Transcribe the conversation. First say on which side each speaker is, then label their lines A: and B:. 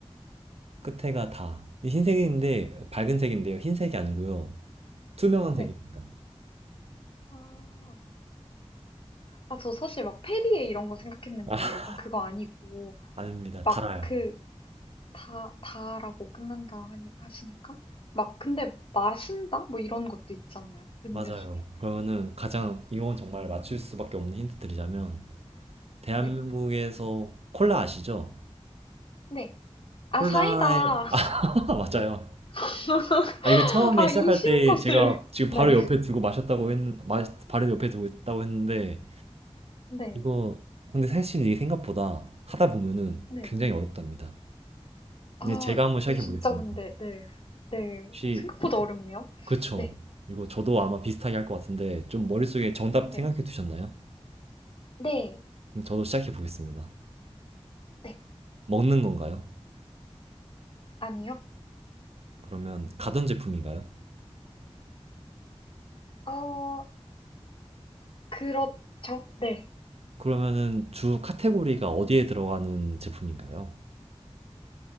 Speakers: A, on the right; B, on the left.
A: 끝에가 다. 흰색인데 밝은 색인데요. 흰색이 아니고요. 투명한
B: 네.
A: 색입니다.
B: 아, 아, 저 사실 막 페리에 이런 거 생각했는데,
A: 아,
B: 일단 그거 아니고,
A: 아닙니다.
B: 막
A: 달아요.
B: 그, 다, 다라고 끝난다 하니, 하시니까. 막, 근데, 마신다? 뭐 이런 것도 있지 않나요? 음료
A: 맞아요.
B: 중에.
A: 그러면은 가장 이건 정말 맞출 수밖에 없는 힌트 드리자면 대한민국에서
B: 네.
A: 콜라 아시죠?
B: 네. 아,
A: 콜라에
B: 사이다.
A: <laughs> 맞아요.
B: <laughs>
A: 아 이거 처음에
B: 아,
A: 시작할
B: 이 쉬운
A: 때
B: 것을.
A: 제가 지금
B: 네.
A: 바로 옆에 두고 마셨다고 했 마, 바로 옆에 두고 있다고 했는데
B: 네.
A: 이거 근데 사실 이게 생각보다 하다 보면은
B: 네.
A: 굉장히 어렵답니다.
B: 아,
A: 이제 제가 한번
B: 이거
A: 시작해
B: 진짜
A: 보겠습니다.
B: 근데, 네. 네.
A: 혹시
B: 어, 생각보다 어렵네요.
A: 그쵸?
B: 네.
A: 이거 저도 아마 비슷하게 할 것 같은데 좀 머릿속에 정답
B: 네.
A: 생각해 두셨나요?
B: 네.
A: 그럼 저도 시작해 보겠습니다.
B: 네.
A: 먹는 건가요?
B: 아니요.
A: 그러면 가전 제품인가요?
B: 어, 그렇죠. 네.
A: 그러면은 주 카테고리가 어디에 들어가는 제품인가요?